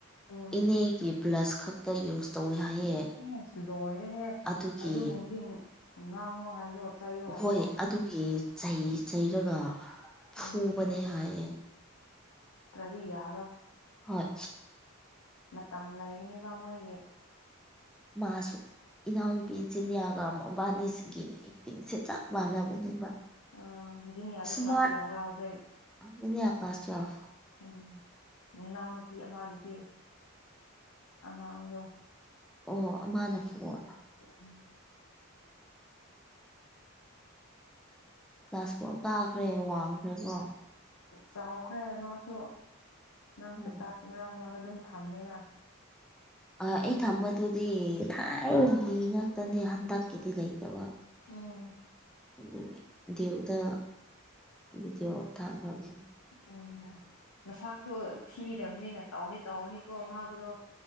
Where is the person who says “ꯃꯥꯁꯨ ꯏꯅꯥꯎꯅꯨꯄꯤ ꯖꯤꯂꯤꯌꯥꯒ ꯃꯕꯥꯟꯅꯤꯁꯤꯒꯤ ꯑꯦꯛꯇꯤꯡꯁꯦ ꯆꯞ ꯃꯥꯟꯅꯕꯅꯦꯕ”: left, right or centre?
Centre